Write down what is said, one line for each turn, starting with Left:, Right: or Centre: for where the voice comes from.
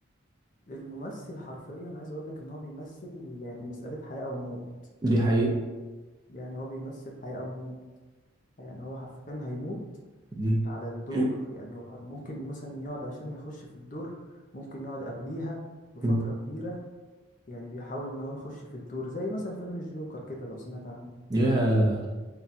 Left: الممثل حرفيا عايز اقول لك ان هو بيمثل يعني مسألة حياة او موت
Right: دي حقيقة
Left: يعني هو بيمثل حياة او موت يعني هو حرفيا هيموت
Right: مم.
Left: على الدور
Right: <coughs>
Left: يعني هو ممكن مثلا يقعد عشان يخش في الدور ممكن يقعد قبليها بفترة
Right: مم.
Left: كبيرة يعني بيحاول ان هو يخش في الدور زي مثلا فيلم الجوكر كده لو سمعت عنه
Right: يا